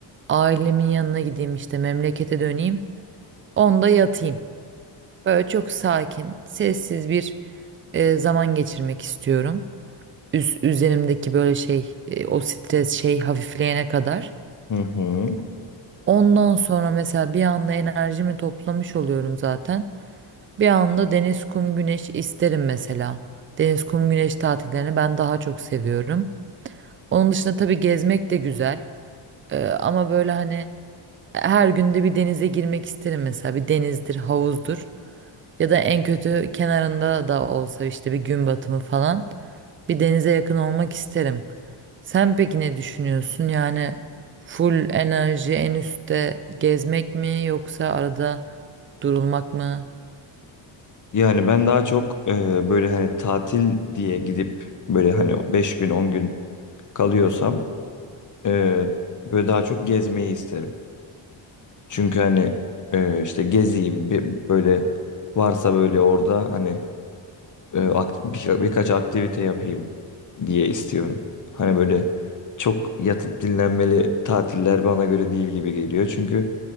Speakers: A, on the right; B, on the left.
A: ailemin yanına gideyim işte memlekete döneyim. Onda yatayım. Böyle çok sakin, sessiz bir e, zaman geçirmek istiyorum. Üz üzerimdeki böyle şey, e, o stres şey hafifleyene kadar.
B: Hı hı.
A: Ondan sonra mesela bir anda enerjimi toplamış oluyorum zaten. Bir anda deniz, kum, güneş isterim mesela. Deniz, kum, güneş tatillerini ben daha çok seviyorum. Onun dışında tabii gezmek de güzel. E, ama böyle hani her günde bir denize girmek isterim mesela. Bir denizdir, havuzdur. Ya da en kötü kenarında da olsa işte bir gün batımı falan bir denize yakın olmak isterim. Sen peki ne düşünüyorsun? Yani full enerji en üstte gezmek mi yoksa arada durulmak mı?
B: Yani ben daha çok e, böyle hani tatil diye gidip böyle hani 5 gün 10 gün kalıyorsam Ee, böyle daha çok gezmeyi isterim. Çünkü hani e, işte gezeyim bir, böyle varsa böyle orada hani e, ak- bir- birkaç aktivite yapayım diye istiyorum. Hani böyle çok yatıp dinlenmeli tatiller bana göre değil gibi geliyor. Çünkü